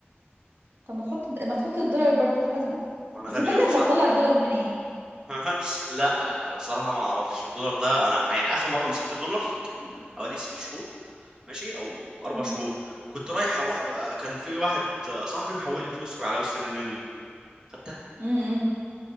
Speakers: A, on the right; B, on the right.
A: طب ما تحط ما تحط الدولار برضو في خزنة
B: وانا
A: بس
B: غبي
A: الفكرة
B: قوي صح
A: انت هتطلع الدولار منين؟
B: <laughs> لا انا بصراحه ما اعرفش الدولار ده انا يعني اخر مره مسكت دولار كان من حوالي ست شهور ماشي او اربع
A: امم
B: شهور كنت رايح وا... كان في واحد صاحبي محول لي فلوس على ويسترن يونيون خدتها
A: امم